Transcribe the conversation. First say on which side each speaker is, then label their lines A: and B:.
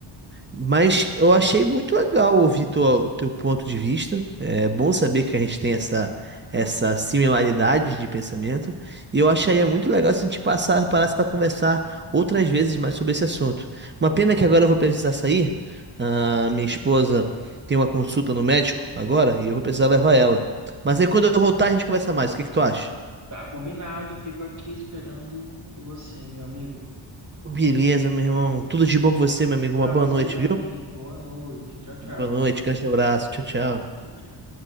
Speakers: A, on the right; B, on the right.
A: Mas eu achei muito legal ouvir tua- o teu ponto de vista. É bom saber que a gente tem essa, essa similaridade de pensamento. E eu acharia muito legal se a gente passar, parasse para conversar outras vezes mais sobre esse assunto. Uma pena que agora eu vou precisar sair. Ah, minha esposa tem uma consulta no médico agora e eu vou precisar levar ela. Mas aí quando eu voltar a gente conversa mais. O que que tu acha?
B: Tá combinado, fico aqui esperando você, meu amigo.
A: Beleza, meu irmão. Tudo de bom pra você, meu amigo.
B: Para
A: Uma boa
B: você
A: noite,
B: também,
A: viu?
B: boa noite. Tchau, tchau.
A: Boa noite, grande abraço. Tchau, tchau.
B: Tchau, tchau.